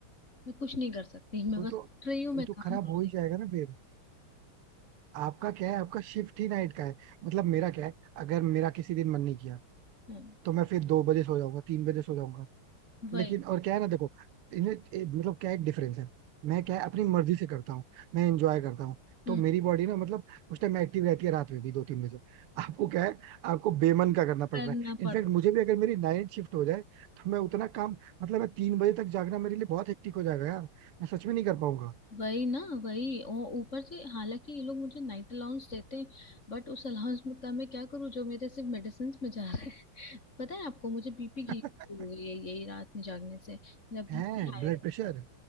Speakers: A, on the left; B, on the right.
A: मैं कुछ नहीं कर सकती मैं
B: वो
A: बस
B: तो
A: उठ रही हूँ मैं
B: वो
A: काम
B: तो खराब
A: कर
B: हो ही
A: रही
B: जाएगा ना फिर आपका क्या है आपका शिफ्ट ही नाइट का है मतलब मेरा क्या है अगर मेरा किसी दिन मन नहीं किया
A: हूँ हाँ,
B: तो मैं फिर दो बजे सो जाऊंगा तीन बजे सो जाऊंगा
A: वही
B: लेकिन और क्या है ना देखो इन्हें ए- मतलब क्या एक डिफरेंस है मैं क्या है अपनी मर्जी से करता हूँ मैं एंजॉय करता हूँ
A: हम्म
B: तो मेरी बॉडी ना मतलब उस टाइम एक्टिव रहती है रात में भी दो तीन बजे आपको क्या है आपको बेमन का करना पड़
A: करना
B: रहा है
A: पड़
B: इनफैक्ट
A: रहा
B: मुझे
A: है।
B: भी अगर मेरी नाइट शिफ्ट हो जाए तो मैं उतना काम मतलब मैं तीन बजे तक जागना मेरे लिए बहुत हेक्टिक हो जाएगा यार मैं सच में नहीं कर पाऊंगा
A: वही ना वही और ऊपर से हालांकि ये लोग मुझे नाइट अलाउंस देते हैं बट उस अलाउंस में का मैं क्या करूँ जो मेरे सिर्फ मेडिसिन में जा रहा है <laughs> पता है आपको मुझे बीपी
B: <laughs>
A: की issue हो गई है यही रात में जागने से मेरा
B: है
A: बीपी हाई
B: ब्लड
A: रहता
B: प्रेशर
A: है